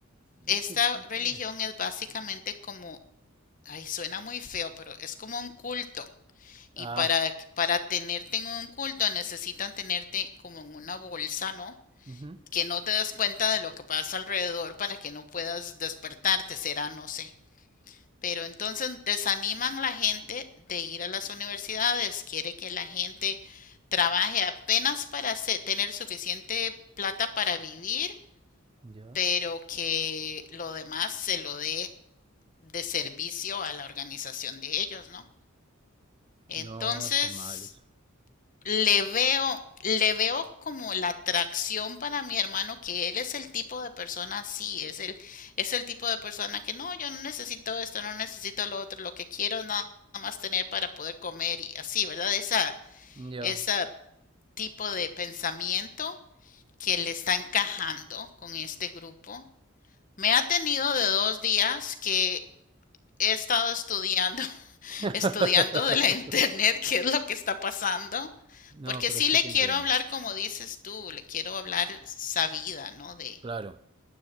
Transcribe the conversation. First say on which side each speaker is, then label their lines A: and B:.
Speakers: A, on the right (about 25°); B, on the left (about 40°).
A: No
B: esta
A: te puedo
B: religión
A: creer.
B: es básicamente como, ay, suena muy feo, pero es como un culto. Y
A: Ah,
B: para, para tenerte en un culto necesitan tenerte como en una bolsa, ¿no?
A: ujú,
B: Que no te des cuenta de lo que pasa alrededor para que no puedas despertarte, será, no sé. Pero entonces desaniman a la gente de ir a las universidades, quiere que la gente trabaje apenas para tener suficiente plata para vivir
A: ya.
B: pero que lo demás se lo dé de servicio a la organización de ellos, ¿no? Entonces,
A: No, está mal eso.
B: le veo, le veo como la atracción para mi hermano, que él es el tipo de persona así, es el, es el tipo de persona que no, yo no necesito esto, no necesito lo otro, lo que quiero es nada más tener para poder comer y así, ¿verdad? Esa,
A: Ya.
B: ese tipo de pensamiento que le está encajando con este grupo Me ha tenido de dos días que he estado estudiando, <laughs>
A: <laughs>
B: estudiando de la internet, <laughs> qué es lo que está pasando,
A: No,
B: porque
A: pero
B: sí
A: sí
B: le
A: te
B: quiero
A: entiendo.
B: hablar como dices tú, le quiero hablar sabida, ¿no? De
A: Claro.